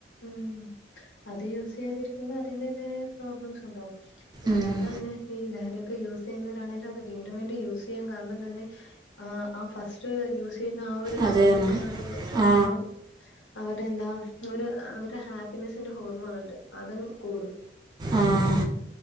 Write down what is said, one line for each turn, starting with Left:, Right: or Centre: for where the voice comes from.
Left: ഉം അത് യൂസ് ചെയ്യാതിരിക്കുമ്പോ അതിന്റേതായ പ്രോബ്ലംസ് ഉണ്ടാവും
Right: ഉം
Left: അല്ലാതെ തന്നെ ഈ ലഹരി ഒക്കെ യൂസ് ചെയ്യുന്നവരാണേലും അത് വീണ്ടും വീണ്ടും യൂസ് കുടി കാരണം തന്നെ ആഹ് അ ഫസ്റ്റ് യൂസ് ചെയ്യുന്ന ആ ഒരു
Right: അതെ
Left: കാര്യം
Right: എന്ന്
Left: കൊടുക്കുന്ന ഒരു
Right: ആ
Left: ആഹ് അവരന്താ ഒരു അവര ഹാപ്പിനെസിന്റെ ഹോർമോൺ ഉണ്ട് അതങ്ങു കൂടും
Right: ആഹ്